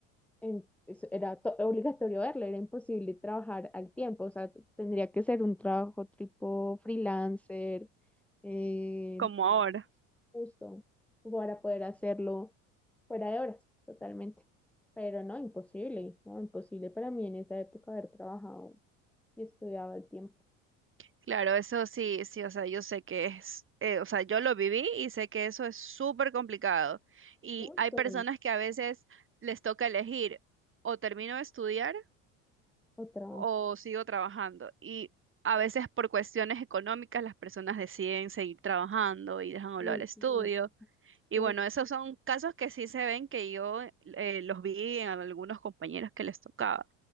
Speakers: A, in the centre; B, on the right.
A: en- es- era to- obligatorio verla, era imposible trabajar al tiempo, o sea, t- tendría que ser un trabajo tipo freelancer, eh,
B: como ahora.
A: justo, para poder hacerlo fuera de horas, totalmente. Pero no, imposible, no, imposible para mí en esa época haber trabajado y estudiado al tiempo.
B: Claro, eso sí, sí, o sea, yo sé que es, eh, o sea, yo lo viví y sé que eso es súper complicado. Y
A: Justo,
B: hay personas que a veces les toca elegir o termino de estudiar
A: otra.
B: o sigo trabajando. Y a veces por cuestiones económicas las personas deciden seguir trabajando y dejan a un
A: y-
B: lado el estudio.
A: y-
B: Y
A: No,
B: bueno, esos son casos que sí se ven que yo eh, los vi en algunos compañeros que les tocaba.